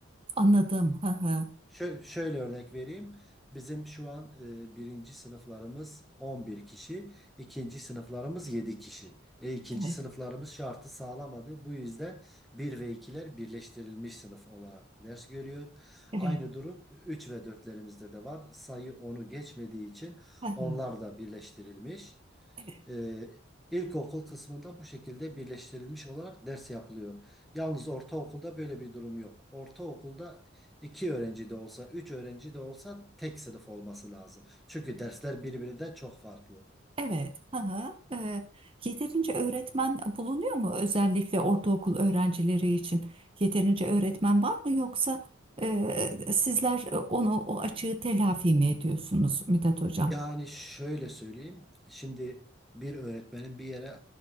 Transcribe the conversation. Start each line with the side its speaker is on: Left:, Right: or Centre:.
Right: Anladım. Hı hı.
Centre: Şöyle, şöyle örnek vereyim. Bizim şu an e, birinci sınıflarımız 11 kişi, ikinci sınıflarımız 7 kişi. E, ikinci
Right: Evet,
Centre: sınıflarımız şartı sağlamadı. Bu yüzden bir ve ikiler birleştirilmiş sınıf olarak ders görüyor.
Right: evet.
Centre: Aynı durum 3 ve dörtlerimizde de var. Sayı onu geçmediği için
Right: Hı hı,
Centre: onlar da birleştirilmiş.
Right: Evet.
Centre: Ee, ilkokul kısmında bu şekilde birleştirilmiş olarak ders yapılıyor. Yalnız ortaokulda böyle bir durum yok. Ortaokulda iki öğrenci de olsa, üç öğrenci de olsa tek sınıf olması lazım. Çünkü dersler birbirinden çok farklı.
Right: Evet. Hı hı. Ee, yeterince öğretmen bulunuyor mu özellikle ortaokul öğrencileri için? Yeterince öğretmen var mı yoksa e, sizler onu o açığı telafi mi ediyorsunuz Mithat Hocam?
Centre: Yani şöyle söyleyeyim. Şimdi bir öğretmenin bir yere